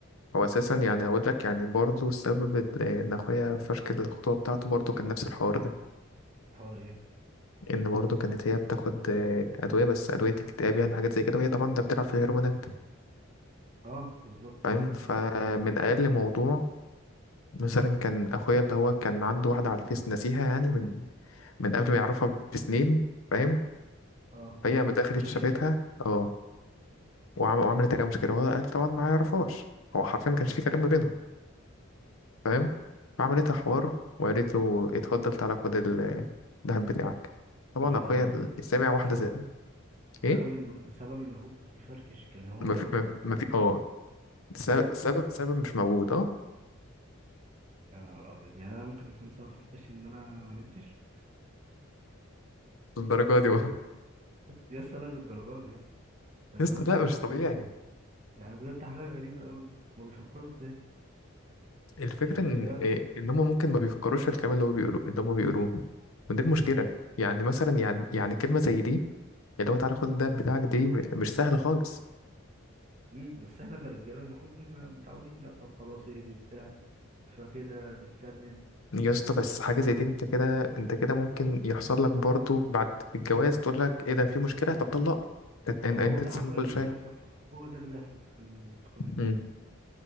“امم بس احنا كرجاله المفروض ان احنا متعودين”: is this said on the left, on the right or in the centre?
Right